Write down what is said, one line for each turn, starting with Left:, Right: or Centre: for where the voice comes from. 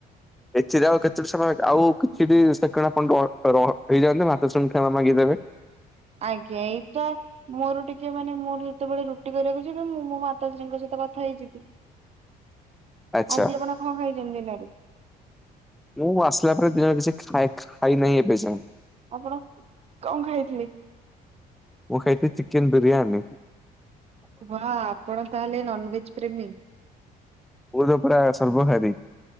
Centre: ଏଥିରେ ଆଉ କେତେ ସମୟ ଆଉ କିଛି ବି ସେକେଣ୍ଡ ଆପଣ ର ର ରହି ରହିଯାନ୍ତୁ ମାତାଶ୍ରୀ ଙ୍କୁ କ୍ଷମା ମାଗିଦେବେ।
Right: ଆଜ୍ଞା ଏଇତ ମୋର ଟିକେ ମାନେ ମୁଁର ଯେତେବେଳେ ରୁଟି କରିବାକୁ ଯିବି ମୁଁ ମୋ ମାତାଶ୍ରୀଙ୍କ ସହିତ କଥା ହେଇଯିବି।
Centre: ଆଚ୍ଛା
Right: ଆଜି ଆପଣ କଣ ଖାଇଛନ୍ତି ଦିନରେ?
Centre: ମୁଁ ଆସିଲା ପରେ ଦିନ ଜଣ କିଛି ଖା ଖାଇ ଖାଇ ନାହିଁ ଏବେ ଯାଏଁ।
Right: ଆପଣ କଣ ଖାଇଥିଲେ?
Centre: ମୁଁ ଖାଇଥିଲି ଚିକେନ ବିିରିୟାନୀ।
Right: ବା ଆପଣ ତାହେଲେ ନନଭେଜ ପ୍ରେମୀ।
Centre: <unintelligible> ପୁରା ସର୍ବହାରୀ।